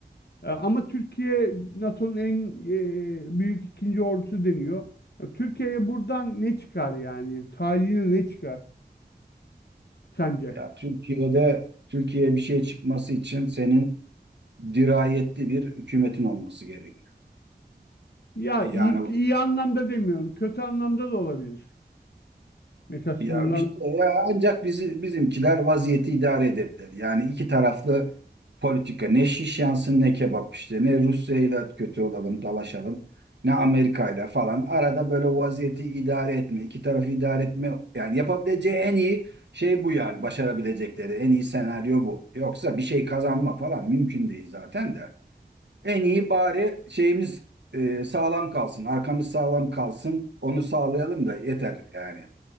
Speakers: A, on the left (about 70°); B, on the right (about 85°).
A: E, Ama Türkiye NATO'nun en e, büyük ikinci ordusu deniyor. Ya, Türkiye'ye buradan ne çıkar yani? Tarihine ne çıkar sence?
B: Ya Türkiye'de Türkiye'ye bir şey çıkması için senin dirayetli bir hükümetin olması gerekiyor.
A: Ya
B: E, Yani
A: iyi, iyi anlamda demiyorum. Kötü anlamda da olabilir. Mesela
B: Ya
A: sınırlar
B: işte ya ancak bizi bizimkiler vaziyeti idare edebilir. Yani iki taraflı politika ne şiş yansın ne kebap işte ne Rusya ile kötü olalım dalaşalım ne Amerika ile falan arada böyle vaziyeti idare etme iki tarafı idare etme yani yapabileceği en iyi şey bu yani başarabilecekleri en iyi senaryo bu. Yoksa bir şey kazanma falan mümkün değil zaten de. En iyi bari şeyimiz e, sağlam kalsın arkamız sağlam kalsın onu sağlayalım da yeter yani.